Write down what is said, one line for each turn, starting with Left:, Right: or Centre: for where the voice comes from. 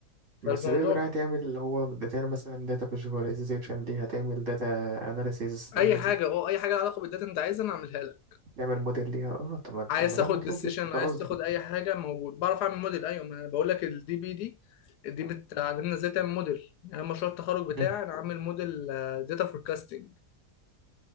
Right: بس
Left: فالموضوع
Right: تقدر يعني تعمل اللي هو تعمل مثلا داتا فيجواليزيشن ليها تعمل داتا اناليسيز تعمل
Left: اي حاجه اه اي حاجه لها علاقه بالداتا انت عايزها انا اعملها لك
Right: تعمل موديل ليها اه طب ما
Left: عايز
Right: طب ما
Left: تاخد
Right: ده المطلوب
Left: ديسيشن
Right: يا اسطى
Left: عايز
Right: ده قصدي
Left: تاخد اي حاجه موجود بعرف اعمل موديل ايوه ما انا بقول لك الدي بي دي دي بتعلمنا ازاي تعمل موديل يعني أنا مشروع التخرج بتاعي
Right: مم.
Left: انا عامل موديل داتا فوركاستنج